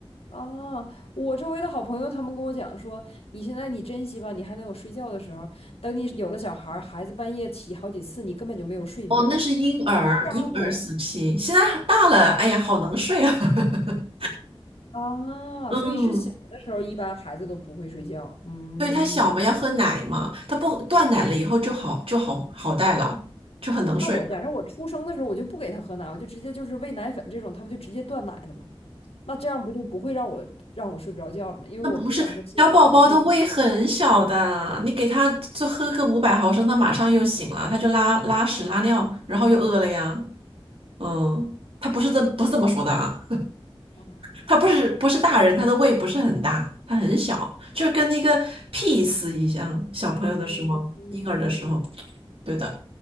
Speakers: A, on the left; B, on the right.
A: 啊，我周围的好朋友他们跟我讲说，你现在你珍惜吧，你还能有睡觉的时候。等你有了小孩儿孩子半夜起好几次，你根本就没有睡眠。
B: 哦，那是婴儿，
A: 都是家务。
B: 婴儿时期，现在大了，哎呀，好能睡啊。<laughs>
A: 啊，
B: 嗯，
A: 所以是小的时候，一般孩子都不会睡觉。嗯，
B: 对，他小嘛，要喝奶嘛，他不断奶了以后就好，就好好带了，就很能睡了
A: 那我假设我出生的时候，我就不给他喝奶，我就直接就是喂奶粉这种，他不就直接断奶了吗？那这样不就不会让我让我睡不着觉了吗？因为我不想说牺牲我的睡眠
B: 那不是小宝宝的胃很小的，你给他就喝个五百毫升，他马上又醒了，他就拉拉屎拉尿，然后又饿了呀。嗯，他不是这不是这么说的啊，
A: 啊。
B: 他不是不是大人，他的胃不是很大，他很小，就是跟那个 p e a e 一样，小朋友的时候，
A: 嗯嗯，
B: 婴儿的时候，对的。